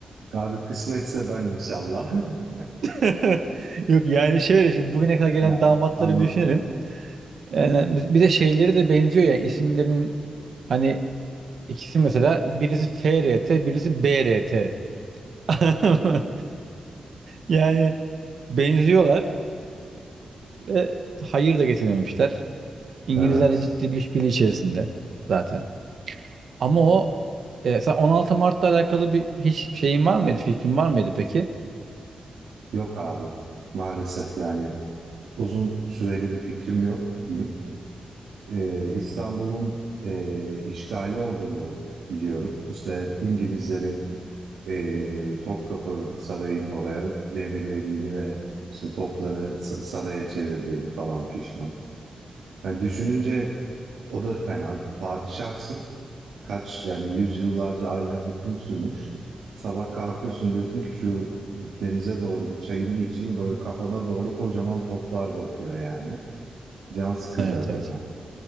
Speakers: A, on the right; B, on the right.
A: Abi kısmetse ben inşallah. <laughs>
B: <laughs> Yok yani şöyle şimdi bugüne kadar gelen
A: Ya,
B: damatları
A: anladım.
B: bir düşünelim. Yani bir de şeyleri de benziyor yani isimlerinin hani ikisi mesela birisi FRT birisi BRT. <laughs> Yani, benziyorlar ve hayır da getirememişler. İngilizlerle
A: Evet.
B: ciddi bir işbirliği içerisinde zaten. Ama o, eee, sen 16 Mart'la alakalı bir hiç şeyin var mıydı, fikrin var mıydı peki?
A: Yok abi, maalesef yani uzun süreli bir fikrim yok diyeyim. Eee, İstanbul'un, eee, işgali olduğunu biliyorum. İşte İngilizlerin, eee, Topkapı Sarayı'nın oraya demirlediğini ve işte topları sa saraya çevirdiğini falan fişman. Hani düşününce O da fena. Padişahsın. Kaç yani yüzyıllarca ailen hüküm sürmüş. Sabah kalkıyorsun diyorsun ki şu denize doğru bir çayımı içeyim. Böyle kafana doğru kocaman toplar bakıyor yani. Can sıkıcı
B: Evet,
A: hakikaten.
B: evet.